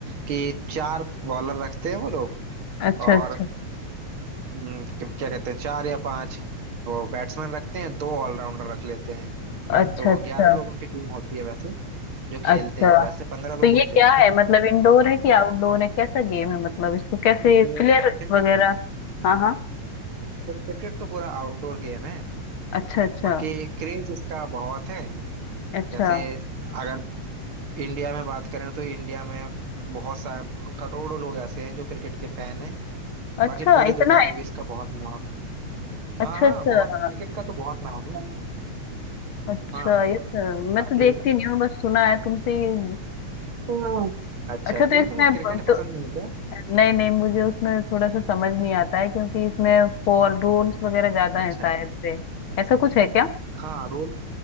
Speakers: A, on the right (about 50°); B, on the left (about 60°).
A: कि चार बॉलर रखते हैं वो लोग
B: अच्छा
A: और
B: अच्छा
A: हम्म, क्या क्या कहते हैं चार या पांच वो बैट्समैन रखते हैं दो ऑलराउंडर रख लेते हैं
B: अच्छा
A: तो
B: अच्छा
A: ग्यारह लोगों की टीम होती है वैसे जो खेलते
B: अच्छा
A: हैं वैसे पंद्रह
B: तो
A: लोग
B: ये
A: होते
B: क्या
A: हैं इसमें
B: है मतलब इंडोर
A: हाँ
B: है कि आउटडोर है कैसा गेम है मतलब इसको कैसे
A: नहीं, ये
B: प्लेयर
A: क्रिकेट
B: वगैरह हाँ हाँ
A: क्रिकेट तो पूरा आउटडोर गेम है
B: अच्छा अच्छा
A: बाकी क्रेज इसका बहुत है
B: अच्छा
A: जैसे अगर इंडिया में बात करें तो इंडिया में बहुत सारे करोड़ों लोग ऐसे हैं जो क्रिकेट के फैन हैं
B: अच्छा
A: बाकी पूरी
B: इतना
A: दुनिया में
B: है
A: भी इसका बहुत नाम है।
B: अच्छा
A: हाँ
B: अच्छा
A: हाँ बहुत क्रिकेट का तो बहुत नाम है
B: अच्छा
A: हाँ
B: ये तो- मैं
A: बाकी
B: तो देखती नहीं हूँ बस सुना है तुमसे ही।
A: हाँ अच्छा
B: अच्छा
A: क्यों
B: तो इसमें
A: तुम्हें क्रिकेट
B: ब- तो
A: पसंद नहीं है क्या
B: नहीं नहीं मुझे उसमें थोड़ा सा समझ नहीं आता है क्योंकि इसमें फॉर रूल्स वगैरह ज्यादा
A: अच्छा
B: है शायद से ऐसा कुछ है क्या
A: हाँ रोज